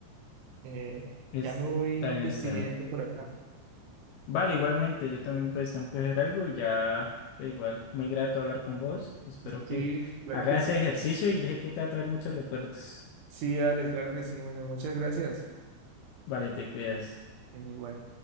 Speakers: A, on the right; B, on the left.
A: Eh,
B: es,
A: ya me voy
B: está bien,
A: despidiendo
B: está bien.
A: por acá.
B: Vale, igualmente, yo también pues tengo que hacer algo y ya, pues igual, muy grato hablar con vos. Espero
A: Sí, sí,
B: que <laughs>
A: claro
B: hagas
A: que sí.
B: ese ejercicio y sé que te va a traer muchos recuerdos.
A: Sí, Alex, claro que sí. Bueno, muchas gracias.
B: Vale, te cuidas.
A: En igual.